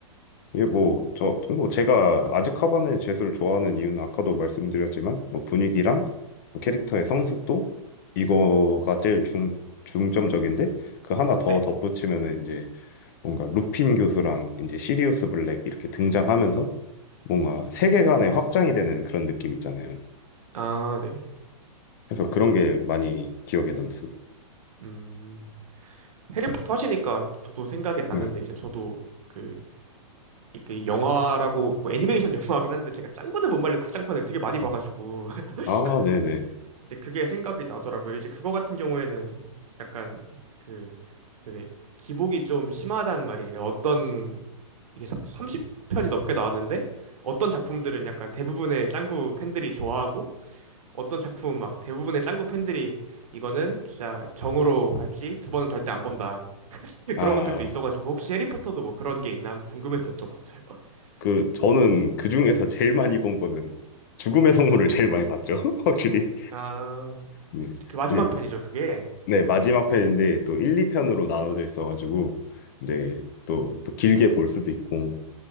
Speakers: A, on the left; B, on the right.
A: 이게 뭐, 저, 뭐 제가 아즈카반의 죄수를 좋아하는 이유는 아까도 말씀드렸지만, 뭐 분위기랑 캐릭터의 성숙도, 이거가 제일 중, 중점적인데, 그 하나 더
B: 네.
A: 덧붙이면은 이제 뭔가 루핀 교수랑 이제 시리우스 블랙 이렇게 등장하면서 뭔가 세계관의 확장이 되는 그런 느낌 있잖아요.
B: 아, 네.
A: 그래서 그런 게 많이 기억에 남습니다.
B: 음, 해리포터 하시니까 저도 생각이 났는데,
A: 네.
B: 이제 저도 그, 이- 그 영화라고, 뭐 애니메이션 <laughs> 영화긴 한데, 제가 짱구는 못 말려 극장판을 되게 많이 봐가지고, <laughs>
A: 아, 네네.
B: 이제 그게 생각이 나더라고요. 이제 그거 같은 경우에는 약간 그 되게 기복이 좀 심하단 말이에요. 어떤, 이게 30편이 넘게 나왔는데, 어떤 작품들은 약간 대부분의 짱구 팬들이 좋아하고, 어떤 작품 막 대부분의 짱구 팬들이 이거는 진짜 정으로 봤지 두 번은 절대 안 본다. <laughs>
A: 아,
B: 그런 것들도 있어가지고 혹시 해리포터도 뭐 그런 게 있나 궁금해서 여쭤봤어요. <laughs>
A: 그 저는 그 중에서 제일 많이 본 거는 죽음의 성물을 제일 많이 봤죠. <laughs> 확실히.
B: 아,
A: 네.
B: 그 마지막
A: 예.
B: 편이죠, 그게.
A: 네, 마지막 편인데 또 1, 2편으로 나눠져 있어 가지고 이제 또 또 길게 볼 수도 있고